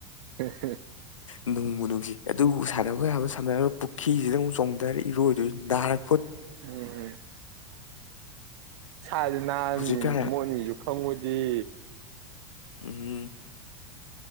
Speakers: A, on the right; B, on the left.
A: ꯍ ꯍ
B: ꯅꯣꯡꯕꯨꯨ ꯅꯨꯡꯁꯤ ꯑꯗꯨꯕꯨ ꯁꯥꯟꯅꯕ ꯌꯥꯕ ꯁꯥꯟꯅꯅꯕ ꯄꯨꯈ꯭ꯔꯤꯁꯤꯗ ꯑꯃꯨꯛ ꯆꯣꯡꯊꯔ ꯏꯔꯣꯏꯗꯣꯏ ꯅꯥꯔꯛ
A: ꯎꯝ ꯁꯥꯁꯤ ꯍꯥꯟꯅꯤ
B: ꯍꯧꯖꯤꯛꯀꯥꯟ
A: ꯃꯣꯠꯅꯤꯁꯨ ꯈꯪꯉꯨꯗꯤ
B: ꯎꯝ